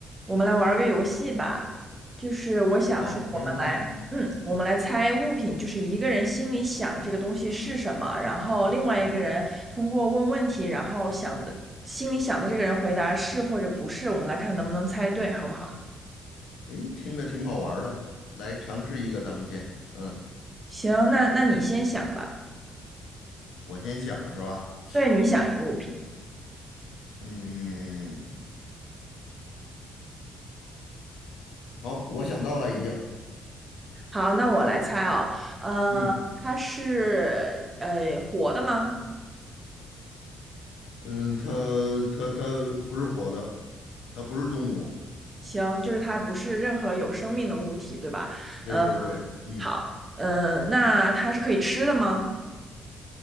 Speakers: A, on the right (about 20°); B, on the left (about 80°).
A: 我们来玩儿个游戏吧，就是我想说，
B: 好，没问题。
A: 我们来，嗯，我们来猜物品，就是一个人心里想这个东西是什么，然后另外一个人通过问问题，然后想的，心里想的这个人回答是或者不是，我们来看能不能猜对，好不好？
B: 诶，听着挺好玩儿的，来尝试一个，咱们先，嗯，
A: 行，那那你先想吧。
B: 我先想是吧？
A: 对，你想一个物品。
B: 好，嗯，好，我想到了已经，
A: 好，那我来猜哦，呃，
B: 嗯
A: 它是呃活的吗？
B: 嗯，它它它不是活的，它不是动物，
A: 行，就是它不是任何有生命的物体，对吧？
B: 对对对，
A: 呃
B: 嗯，
A: 好，嗯，那它是可以吃的吗？